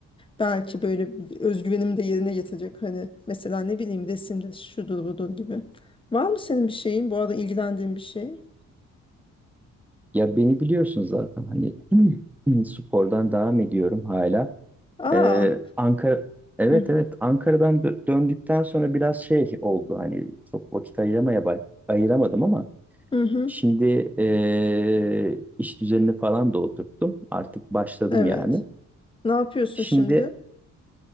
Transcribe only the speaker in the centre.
Ya beni biliyorsun zaten hani <clears throat> spordan devam ediyorum hala.
Ee, Ankara evet
evet Ankara'dan dö- döndükten sonra biraz şey oldu hani çok vakit ayıramaya ba- ayıramadım ama
şimdi ee, iş düzenini falan da oturttum. Artık başladım
yani.
Şimdi